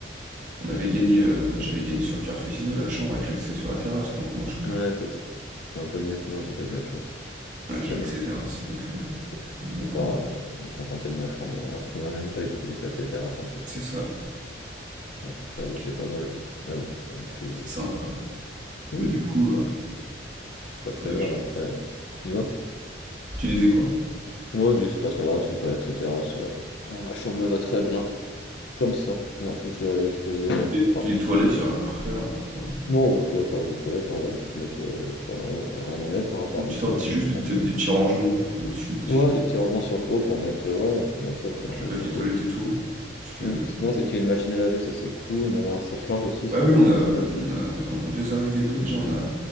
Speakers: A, on the right; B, on the left.
A: on avait gagné, euh, j'avais gagné sur le pierre-feuille-ciseau la chambre avec l'accès sur la terrasse, donc moi, je pense
B: Ouais,
A: que...
B: toi, t'es t'es un peu mieux que moi, toi, t'as de la chance.
A: Ouais, j'ai
B: Mais
A: l'accès
B: bon,
A: terrasse,
B: bon,
A: donc euh,
B: c'est
A: c'est un
B: c'est
A: bon point.
B: pas grave, ouais, je vais me contenter de ma chambre. On va fond la même taille, toi, t'as vu, c'est que c'est terrasse en plus,
A: C'est
B: quoi.
A: ça,
B: Bon, ça, j'avoue,
A: c'est
B: c'est pas mal. Mais bon, c'est pas non plus.
A: c'est
B: euh,
A: sympa, ouais.
B: Oui,
A: Bah, du coup,
B: après,
A: euh,
B: c'est c'est pas très
A: faudrait
B: grave,
A: que je-
B: après. euh, Dis-moi.
A: Tu disais quoi?
B: Ouais, juste, c'est pas très grave, je suis pas là que c'est terrasse. euh, oh, ma chambre me va très bien, comme ça. Et en plus, euh, elle est exposée. euh,
A: Les,
B: Oh,
A: les toilettes,
B: c'est que toi.
A: il n'y a rien à refaire, hein, je crois.
B: Non, aux toilettes, ça reste des toilettes, hein, on va juste mettre, euh, faut- on- rien à mettre, hein, à part
A: Petit
B: du savon,
A: un petit juste
B: du sambon.
A: des peut-être des petits rangements au-dessus parce
B: Ouais,
A: que
B: des petits rangements sur le haut pour mettre, euh, ouais, on peut mettre ça, des
A: faut
B: petits
A: mettre
B: rangements
A: le papier
B: sur le
A: toilette
B: haut.
A: et tout. Parce que
B: Hmm, Ce qui est bien, c'est qu'il y a une machine à laver, ça c'est cool, on a là un sèche-linge aussi, ce
A: bah
B: qu'il
A: oui, on
B: n'y a pas
A: a
B: ça dans tout.
A: on a on a 2 arrivées d'eau déjà, on a